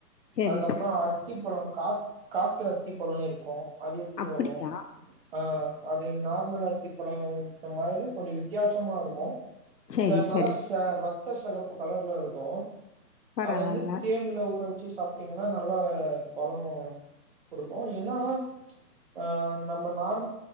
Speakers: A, on the left; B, on the right.
A: சரி
B: அதுக்கப்றோ
A: சரி
B: அத்திப்பழோ கா காட்டு அத்தி பழோ இருக்கு அது எடுத்து‌
A: அப்படியா
B: வருவோ ஆ அது நார்மல் அத்திப்பழ இருக்க மாதிரி கொஞ்ச வித்யாசமா இருக்கு
A: சரி
B: ச நல்லா
A: சரி
B: ச ரத்த செகப்பு கலர்ல இருக்கு
A: பரவால்ல
B: அது வந்து தேன்ல ஊற வச்சு சாப்ட்டீங்கனா நல்லா பல வரு குடுப்போ என்னாதா ம்ச் ஆ நம்ம நார்